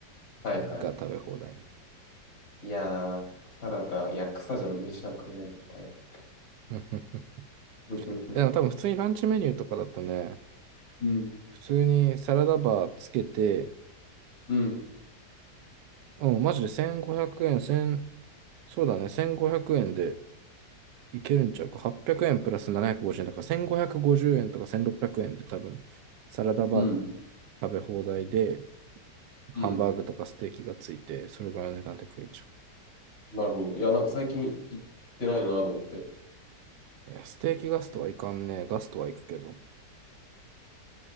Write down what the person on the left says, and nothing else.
はいはいはい。
いやー、サラダ、いや、草じゃ飯は食えないってばよ。
<laughs>
うん、
うん、
うん、
うん。
なるほど。いや、なんか最近行ってないなと思って。